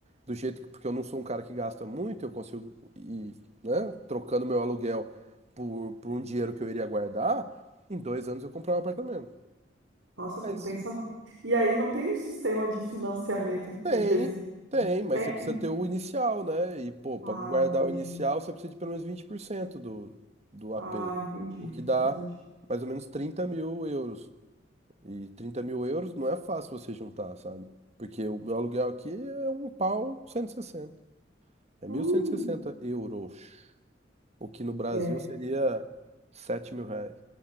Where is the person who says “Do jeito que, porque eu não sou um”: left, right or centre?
Right